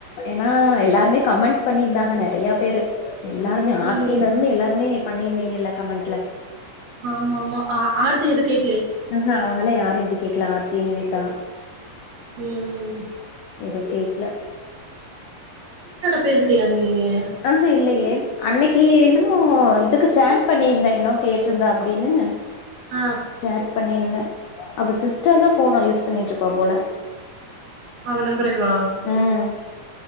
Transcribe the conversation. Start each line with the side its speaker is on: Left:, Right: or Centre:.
Left: ஏன்னா எல்லாருமே கமெண்ட் பண்ணிர்ந்தா அ நெறையா பேரு எல்லாருமே
Right: ம்
Left: ஆர்த்திலருந்து எல்லாருமே பண்ணிருந்தீங்கல்ல கமெண்ட்ல
Right: ஆமா ஆமா ஆ ஆர்த்தி எது கே
Left: ஆ ஹ அவுங்கல்ல யாரு எ து கேக்ல ஆர்த்தி நிவிதா
Right: ம் ம் ம்
Left: எது கேக்ல
Right: பேஸ்லையா நீயி
Left: ஆ ஹ இல்லையே அன்னக்கி என்னமோ இதுக்கு சேட் பண்ணியிருந்த என்னவோ கேட்ருந்தாப்புடின்னு
Right: ஆ
Left: சேட் பண்ணியிருந்த அவ சிஸ்டர் தா ஃபோன யூஸ் பண்ணிட்ருப்பா போல
Right: அவ நம்ப <unintelligible>
Left: ம்